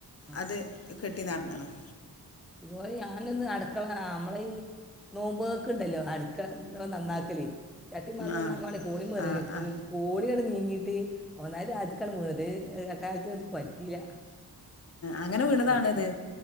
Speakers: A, on the left; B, in the centre.
A: അത്
B: ആ
A: കെട്ടി നടന്നണം
B: ഇതുപോലെ ഞാനൊന്ന് അടുക്കള നമ്മളെ നോമ്പൊക്ക ഉണ്ടല്ലോ അടു നന്നാക്കലേ ചട്ടി പാത്രം
A: ആ
B: നന്നാക്കൽ കോണിമെ
A: ആ
B: കേറിക്ക്
A: ആ
B: കോണിയോടെ നീങ്ങിട്ട് ഒന്നായിട്ട് താഴത്തേക്കാണ് വീണത് തൽക്കാലത്തിന് ഒന്നും പറ്റിയില്ല
A: അങ്ങനെ വീണതാണിത്
B: എപ്പോള